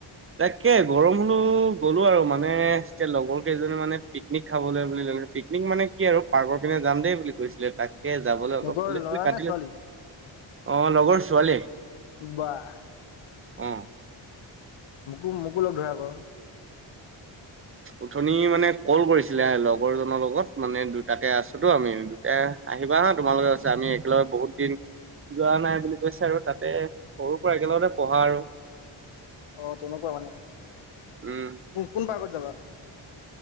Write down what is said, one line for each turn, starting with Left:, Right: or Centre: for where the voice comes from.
Right: তাকে গৰম হলেও গ'লো আৰু মানে, এতিয়া লগৰ কেইজনী মানে পিকনিক খাবলৈ বুলি পিকনিক মানে কি আৰু পাৰ্কৰ পিনে যাম দেই বুলি কৈছিলে, তাই কে যাবলৈ অলপ
Left: লগৰ
Right: চুলি
Left: ল'ৰা
Right: তুলি কাটি
Left: নে ছোৱালী?
Right: লৈছো। অ লগৰ ছোৱালী?
Left: বাহ।
Right: অহ।
Left: মোকো মোকো লগ ধৰা আক।
Right: উঠনি মানে কল কৰিছিলে লগৰজনৰ লগত মানে দুটাকে আছোতো আমি। দুটাই আহিবা হা তোমালোকে তাৰপিছত, আমি একেলগে বহুত দিন যোৱা নাই বুলি কৈছে আৰু তাতে সৰু পৰা একেলগতে পঢ়া আৰু।
Left: অ তেনেকোৱা মানে,
Right: উম।
Left: কোন কোন পাৰ্কত যাবা?